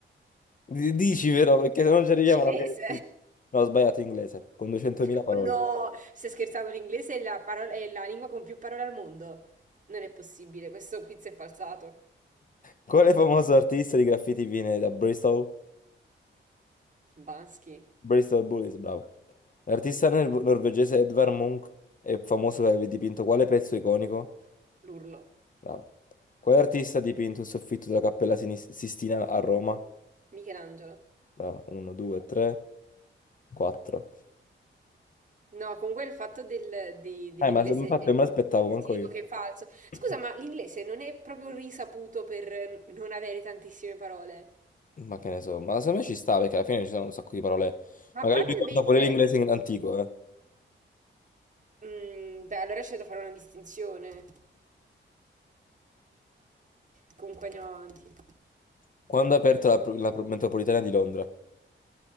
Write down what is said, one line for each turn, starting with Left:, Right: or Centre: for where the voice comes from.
Left: D- Dici però, perché se non ci
Right: <laughs>
Left: arriviamo
Right: Cinese.
Left: alla fine... di tutto. No, ho sbagliato inglese, con 200.000
Right: <laughs>
Left: parole.
Right: Ma No, stai scherzando, l'inglese è la parola- è la lingua con più parole al mondo. Non è possibile, questo quiz è falsato.
Left: Quale famoso artista di graffiti viene da Bristol?
Right: Bansky,
Left: Bristol Bullies, bravo. L'artista nor- norvegese Edvard Munch è famoso per aver dipinto quale pezzo iconico?
Right: l'urlo,
Left: Bravo. Quale artista ha dipinto il soffitto della Cappella Sinis- Sistina a Roma?
Right: Michelangelo.
Left: Bravo. 1, 2, 3, 4.
Right: No, comunque il fatto del- di- dell'inglese
Left: Eh, ma se- infatti
Right: è-
Left: non me l'aspettavo manco
Right: ti dico
Left: io.
Right: che è falso. Scusa,
Left: <clears throat>
Right: ma l'inglese non è proprio risaputo per non avere tantissime parole.
Left: Ma che ne so, ma secondo me ci sta perché alla fine ci sono un sacco di parole.
Right: Ma
Left: Magari
Right: banalmente,
Left: lui conta pure l'inglese in- antico, eh.
Right: Mm, beh, allora c'è da fare una distinzione. Comunque andiamo avanti.
Left: Quando ha aperto la, pro- la pro- metropolitana di Londra?